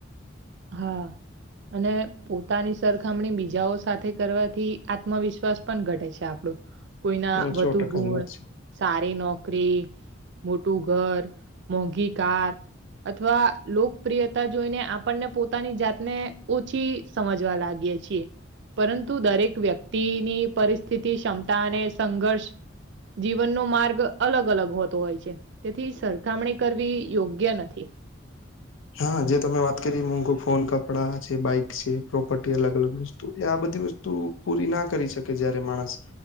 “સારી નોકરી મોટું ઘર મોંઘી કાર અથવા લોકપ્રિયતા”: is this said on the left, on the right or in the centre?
Right